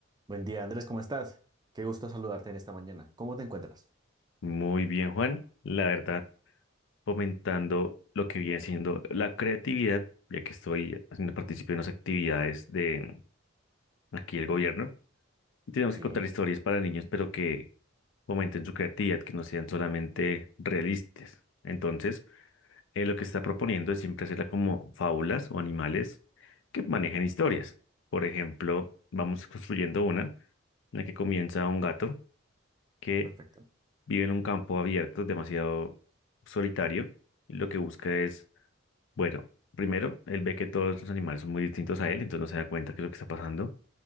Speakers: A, on the right (about 20°); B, on the left (about 65°).
A: Buen día, Andrés, ¿cómo estás? Qué gusto saludarte en esta mañana. ¿Cómo te encuentras?
B: Muy bien, Juan. La verdad, fomentando lo que viene siendo la creatividad, ya que estoy haciendo partícipe de unas actividades de aquí el gobierno. Y tenemos
A: Sí,
B: que contar historias para niños, pero que fomenten su creatividad, que no sean solamente realistas. Entonces, eh, lo que se está proponiendo es siempre hacerla como fábulas o animales que manejen historias. Por ejemplo, vamos construyendo una en la que comienza un gato que
A: perfecto.
B: vive en un campo abierto, demasiado solitario, y lo que busca es, bueno, primero, él ve que todos los animales son muy distintos a él, entonces no se da cuenta que es lo que está pasando,